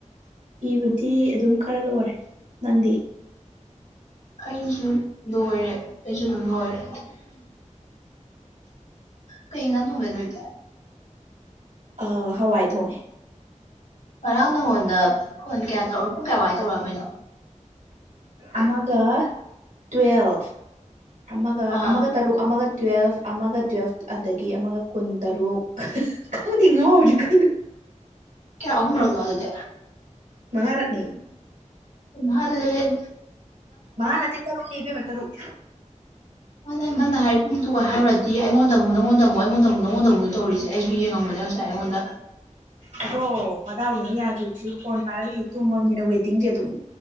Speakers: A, on the right; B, on the left.
A: ꯏꯕꯗꯤ ꯑꯗꯨꯝ ꯈꯔ ꯂꯣꯏꯔꯦ ꯅꯪꯗꯤ
B: ꯑꯩꯁꯨ ꯂꯣꯏꯔꯦ ꯑꯩꯁꯨ ꯑꯗꯨꯝ ꯂꯣꯏꯔꯦ ꯀꯩ ꯉ ꯊꯨꯋꯦꯟꯅ ꯏ ꯇꯌꯥꯔ
A: ꯑꯥ ꯍꯋꯥꯏ ꯊꯣꯡꯉꯦ
B: ꯉꯔꯥꯡ ꯅꯪꯉꯣꯟꯗ ꯐꯣꯟ ꯀꯌꯥ ꯇꯧꯔꯛ ꯄꯨꯡ ꯀꯌꯥꯋꯥꯏꯗ ꯇꯧꯔꯛꯝꯃꯤꯅꯣ
A: ꯑꯃꯒ ꯇꯨꯋꯦꯜꯐ ꯑꯃꯒ
B: ꯑꯥ
A: ꯑꯃꯒ ꯇꯔꯨꯛ ꯑꯃꯒ ꯇꯨꯋꯦꯜꯐ ꯑꯃꯒ ꯇꯨꯋꯦꯜꯐ ꯑꯗꯒꯤ ꯑꯃꯒ ꯀꯨꯟ ꯇꯔꯨꯛ ꯈꯪꯗꯤ ꯉꯥꯎꯔꯤꯑ ꯀꯩꯅꯣ
B: ꯀꯌꯥ ꯑꯍꯨꯝꯂꯒ ꯑꯗꯨꯗꯤ
A: ꯃꯉꯥꯔꯠꯅꯌꯦ
B: ꯎ ꯃꯥꯔꯗꯦꯕꯤ
A: ꯃꯥ ꯅꯦ ꯇꯔꯨ ꯀꯕꯃꯦ ꯇꯔꯨꯛ
B: ꯑꯗ ꯅꯪꯅ ꯍꯥꯏꯔꯤ ꯄꯨꯡꯗꯨꯒ ꯍꯥꯏꯔꯨꯔꯗꯤ ꯑꯩꯉꯣꯟꯗ ꯑꯃꯨꯛ ꯅꯪꯉꯣꯟꯗ ꯑꯃꯨꯛ ꯑꯩꯉꯣꯟꯗꯕꯨꯛ ꯅꯪꯉꯣꯟꯗꯕꯨꯛ ꯇꯧꯔꯤꯁꯦ ꯑꯩꯁꯨ ꯌꯦꯡꯉꯝꯕꯅꯦ ꯉꯁꯥꯏ ꯑꯩꯉꯣꯟꯗ
A: ꯑꯗꯣ ꯗꯥꯎꯗꯅ ꯌꯥꯗ꯭ꯔꯔꯤ ꯐꯣꯟ ꯄꯥꯔꯛꯒ ꯇꯨꯝꯃꯕꯅꯤꯅ ꯋꯦꯇꯤꯡꯁꯦ ꯑꯗꯨꯝ